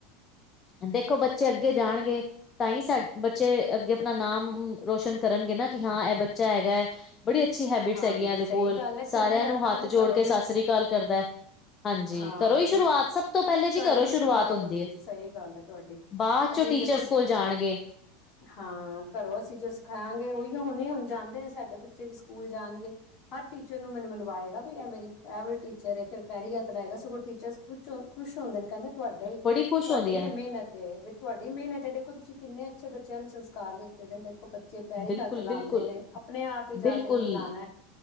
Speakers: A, on the left (about 30°); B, on the left (about 50°).
A: ਦੇਖੋ ਬੱਚੇ ਅੱਗੇ ਜਾਣਗੇ ਤਾਂ ਹੀ ਸਾਡੇ ਬੱਚੇ ਅੱਗੇ ਆਪਣਾ ਨਾਮ ਰੋਸ਼ਨ ਕਰਨਗੇ ਨਾ ਕਿ ਹਾਂ ਇਹ ਬੱਚਾ ਹੈਗਾ। ਬੜੀ ਅੱਛੀ ਹੈਬਿਟਸ
B: ਹਾਂਜੀ
A: ਹੈਗੀਆਂ ਇਹਦੇ
B: ਸਹੀ
A: ਕੋਲ
B: ਗੱਲ ਹੈ
A: ਸਾਰਿਆਂ
B: ਚੰਗੀ
A: ਨੂੰ
B: ਆਦਤ
A: ਹੱਥ
B: ਦੇਖੋ
A: ਜੋੜ
B: ਘਰੋਂ
A: ਕੇ
B: ਹੀ
A: ਸਤਿ ਸ੍ਰੀ ਅਕਾਲ ਕਰਦਾ। ਹਾਂਜੀ,
B: ਹਾਂ
A: ਘਰੋ ਹੀ ਸ਼ੁਰੂਆਤ
B: ਦੇ
A: ਸਭ ਤੋਂ ਪਹਿਲੇ ਜੀ
B: ਘਰੋਂ
A: ਘਰੋ
B: ਹੀ
A: ਸ਼ੁਰੂਆਤ ਹੁੰਦੀ ਹੈ।
B: ਸਹੀ ਗੱਲ ਹੈ ਤੁਹਾਡੀ
A: ਬਾਅਦ
B: ਅਸੀਂ
A: ਚੋਂ ਟੀਚਰਸ
B: ਦੇਖੋ
A: ਕੋਲ ਜਾਣਗੇ।
B: ਹਾਂ, ਘਰੋਂ ਅਸੀਂ ਜੋ ਸਿਖਾਆਗੇ ਉਹੀ ਹੁਣੇ ਹੁਣ ਜਾਂਦੇ ਨੇ ਸਾਡੇ ਬੱਚੇ ਵੀ ਸਕੂਲ ਜਾਣਗੇ। ਹਰ ਟੀਚਰ ਨੂੰ ਮੈਨੂੰ ਮਨਵਾਏਗਾ, ਵੀ ਇਹ ਮੇਰੀ ਫੈਵਰੇਟ ਟੀਚਰ ਫਿਰ ਪੈਰੀ ਹੱਥ ਲਏਗਾ ਸਗੋਂ ਟੀਚਰ ਕੁਛ ਖੁਸ਼ ਹੁੰਦੇ ਕਹਿੰਦੇ, ਤੁਹਾਡਾ ਹੀ
A: ਬੜੀ ਖੁਸ਼
B: ਤੁਹਾਡੀ
A: ਹੁੰਦੀ ਐ,
B: ਮਿਹਨਤ ਤੁਹਾਡੀ ਮਿਹਨਤ ਐ, ਦੇਖੋ ਤੁਸੀਂ ਕਿੰਨੇ ਅੱਛੇ ਬੱਚਿਆਂ ਨੂੰ ਸੰਸਕਾਰ ਦਿੱਤੇ ਦੇ ਨੇ ਦੇਖੋ। ਜੇ ਪੈਰੀ
A: ਬਿਲਕੁਲ-ਬਿਲਕੁਲ,
B: ਹੱਥ ਲਾਂਦੇ ਨੇ ਆਪਣੇ ਆਪ ਹੀ ਜਾ
A: ਬਿਲਕੁਲ।
B: ਕੇ ਇਹਨਾਂ ਨੂੰ
A: ਬਿਲਕੁਲ
B: ਲਾਣਾ